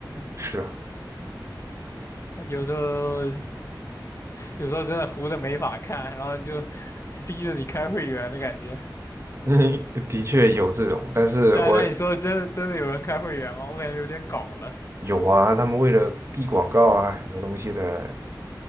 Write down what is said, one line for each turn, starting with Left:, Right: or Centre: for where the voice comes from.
Right: 是啊。
Left: 啊有时候有时候真的糊的没法看，然后就就逼着你开会员的感觉。
Right: 嗯，的确有这种，但是我
Left: 但但你说真的真的有人开会员吗？我感觉有点搞了，
Right: 有啊，他们为了避广告啊，很多东西的